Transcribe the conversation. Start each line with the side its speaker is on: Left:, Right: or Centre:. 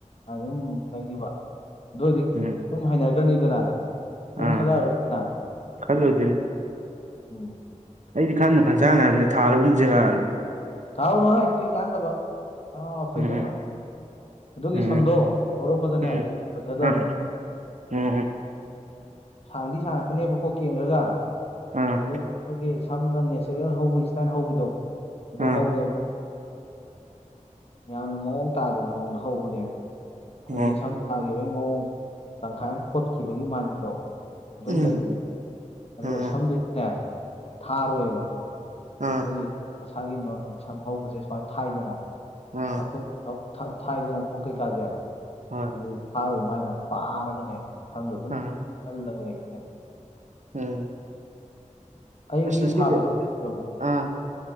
Left: ꯑꯗꯨꯝ ꯂꯩꯔꯤꯕ ꯑꯗꯨ ꯅꯣꯏꯗꯤ
Right: ꯎꯝ
Left: ꯁꯨꯝ ꯍꯩꯅꯈ꯭ꯔꯅꯤꯗꯅ ꯄꯤꯝ
Right: ꯑꯥ
Left: ꯈꯜꯂꯔꯣꯏꯗꯅ
Right: ꯈꯜꯂꯨꯗꯣꯏꯅꯦ
Left: ꯎꯝ
Right: ꯑꯩꯗꯤ ꯈꯟꯕꯨ ꯈꯟꯖꯥꯟꯅꯔꯕꯅꯦ ꯊꯥꯔꯒꯨꯝꯖꯤꯔꯅ
Left: ꯊꯥꯎꯅꯨꯍꯣꯏ ꯀꯩ ꯀꯥꯟꯗꯕ ꯑꯉꯥꯎ ꯑꯐꯩꯗꯧꯅ
Right: ꯎꯝ
Left: ꯑꯗꯨꯒꯤ
Right: ꯎꯝ
Left: ꯁꯝꯗꯣ ꯍꯧꯔꯛꯄꯗꯅꯦ
Right: ꯎꯝ
Left: ꯐꯖꯗꯕꯅꯤ
Right: ꯑꯥ ꯎꯝ
Left: ꯁꯥꯡꯗꯤ ꯁꯥꯡꯉꯛꯀꯅꯦꯕꯀꯣ ꯀꯦꯟꯒ꯭ꯔꯒ
Right: ꯑꯥ
Left: ꯑꯗꯨꯒ ꯑꯩꯈꯣꯏꯒꯤ ꯁꯝꯗ ꯅꯦꯆꯔꯦꯜ ꯍꯧꯕꯒꯤ ꯏꯁꯇꯥꯏꯟ ꯍꯧꯕꯤꯗꯣ ꯑꯗꯨ
Right: ꯑꯥ
Left: ꯍꯧꯗꯝ ꯌꯥꯝꯅ ꯃꯑꯣꯡ ꯇꯥꯗꯕꯤ ꯃꯑꯣꯡꯗ ꯍꯧꯕꯅꯦꯕ ꯑꯩꯈꯣꯏꯒꯤ
Right: ꯎꯝ
Left: ꯁꯝ ꯊꯥꯒꯤꯕꯒꯤ ꯃꯑꯣꯡ ꯇꯪꯈꯥꯏ ꯑꯃ ꯐꯣꯠꯈꯤꯕꯒꯤ ꯃꯥꯟꯕꯤꯗꯣ ꯑꯗꯨꯝ
Right: ꯎꯝ
Left: ꯂꯩꯕꯅꯦ ꯑꯗꯨꯒ
Right: ꯎꯝ
Left: ꯁꯝꯗꯨꯖꯨꯅꯦ ꯊꯥꯔꯣꯏꯕ
Right: ꯑꯥ
Left: ꯑꯩꯈꯣꯏꯒꯤ ꯃꯁꯥꯒꯤ ꯅꯣꯔꯃꯦꯜ ꯁꯝ ꯍꯧꯕꯁꯦ ꯁꯨꯃꯥꯏꯅ ꯊꯥꯏꯗꯅ
Right: ꯑꯥ
Left: ꯑꯩꯈꯣꯏ ꯊꯥꯏꯗꯅ ꯀꯣꯛ ꯀꯩꯀꯥꯁꯦ
Right: ꯃꯥꯅꯦ
Left: ꯑꯗꯨꯗꯤ ꯐꯥꯔꯣꯏ ꯃꯥꯥꯏꯅ ꯄꯥꯔꯒꯅꯦ ꯁꯝꯗꯣ ꯑꯗꯨꯝ
Right: ꯑꯥ
Left: ꯀꯜꯂꯒ ꯂꯩꯅꯦꯕ
Right: ꯎꯝ
Left: ꯑꯩ
Right: ꯉꯁꯤꯗꯤ
Left: ꯃꯤ ꯊꯥꯕꯗꯣ ꯎꯗꯕꯅꯦꯃꯤ
Right: ꯑꯥ